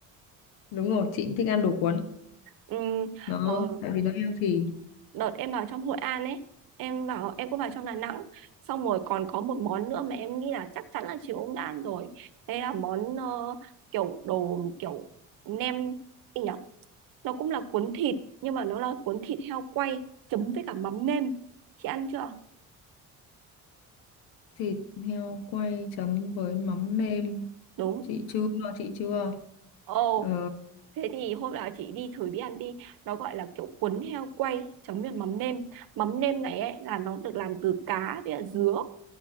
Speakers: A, on the left (about 80°); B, on the right (about 70°).
A: đúng rồi chị cũng thích ăn đồ cuốn
B: Ừm,
A: nó
B: ờ,
A: tại vì nó healthy
B: đợt em vào trong Hội An ấy em vào em cũng vào trong Đà Nẵng xong rồi còn có một món nữa mà em nghĩ là chắc chắn là chị cũng đã ăn rồi đấy là món ờ, kiểu đồ kiểu nem gì nhỉ nó cũng là cuốn thịt nhưng mà nó là cuốn thịt heo quay chấm với cả mắm nêm chị ăn chưa
A: thịt heo quay chấm với mắm nêm
B: đúng
A: chị chưa chị chưa
B: ồ
A: ờ,
B: thế thì hôm nào chị đi thử đi ăn đi nó gọi là kiểu cuốn heo quay chấm với mắm nêm mắm nêm này ấy là nó được làm từ cá với cả dứa